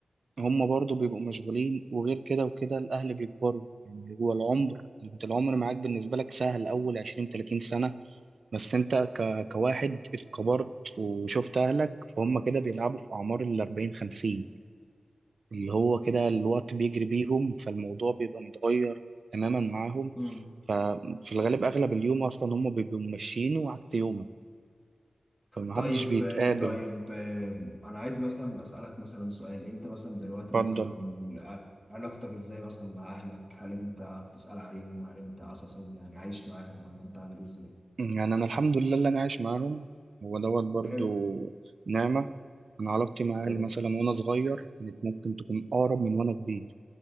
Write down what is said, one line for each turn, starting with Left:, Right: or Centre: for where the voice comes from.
Right: هم برضو بيبقوا مشغولين وغير كده وكده الأهل بيكبروا يعني هو العمر أنت العمر معاك بالنسبة لك سهل أول 20 30 سنة بس أنت ك... كواحد اتكبرت وشفت أهلك فهم كده بيلعبوا في أعمار ال 40 50 اللي هو كده الوقت بيجري بيهم فالموضوع بيبقى متغير تماما معاهم
Centre: امم
Right: ففي الغالب أغلب اليوم أصلا هم بيبقوا ماشيين وعكس يومك فمحدش
Centre: طيب
Right: بيتقابل
Centre: طيب انا عايز مثلا اسالك مثلا سؤال انت مثلا دلوقتي
Right: اتفضل
Centre: مثلا علاقتك ازاي مثلا مع اهلك هل انت بتسال عليهم هل انت اساسا يعني عايش معاهم ولا انت عامل ازاي
Right: يعني أنا الحمد لله اللي أنا عايش معاهم هو دوت برضو
Centre: حلو
Right: نعمة أنا علاقتي مع
Centre: حلو
Right: أهلي مثلا وأنا صغير كانت ممكن تكون أقرب من وأنا كبير